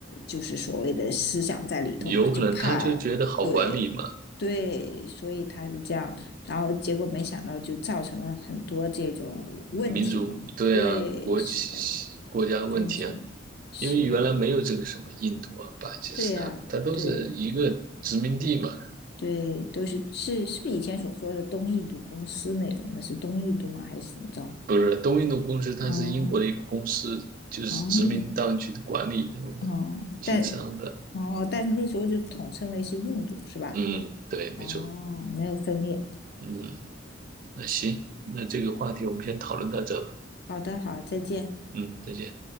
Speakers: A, on the left; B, on the right.
A: 就是所谓的思想在里头嘛，
B: 有可能他就觉得好管理嘛，
A: 就怕对对，所以他就这样，然后结果没想到就造成了很多这种问题嘛。
B: 民族对啊，
A: 对，
B: 国企国家问题啊，
A: 是的，纷争是，
B: 因为原来没有这个什么印度啊、巴基斯坦嘛，
A: 对呀、
B: 它都是一个殖民地嘛。
A: 对对，都是是是不是以前所说的东印度公司那种的？是东印度吗？还是怎么着？
B: 不是，东印度公司它是英国的一个公司，
A: 哦
B: 就是殖民当局管理用的，
A: 哦哦，
B: 经商的。
A: 但哦，但是那时候就统称为是印度，是吧？
B: 嗯，对，没错。
A: 哦，没有分裂。
B: 嗯，那行，那这个话题我们先讨论到这吧。
A: 好的，好，再见。
B: 嗯，再见。